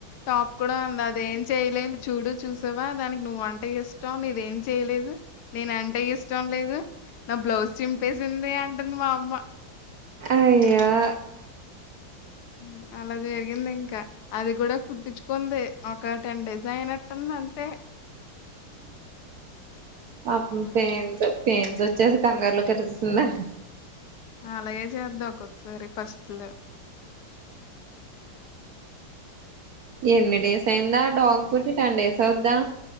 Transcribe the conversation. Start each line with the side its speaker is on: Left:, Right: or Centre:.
Left: టాప్ కూడా ఉంది అదేం చేయ ు చూడు చూసావా దానికి నువ్వంటే ఇష్టం నీ ది ఏం చేయలేదు నేను అంటే ఇష్టం లేదు నా బ్లౌజ్ చింపేసింది అ ని మా అమ్మ
Right: అయ్యా
Left: మ్మ్ అలా జరిగింది ఇంక అది కూడా కుట్టించుకోంది ఒక టెన్ డేస్ అయినట్టుంది అంతే
Right: పాపం
Left: హ్మ్.
Right: పేన్స్ పెన్స్ వచ్చేసి కంగారులో కట్టేసిసిందా
Left: అలాగే చేద్దాం ఒక్కొక్కసారి ఫస్ట్ లో
Right: ఎన్ని డేస్ అయిందా డాగ్ పుట్టి టెన్ డేస్ అవుద్దా,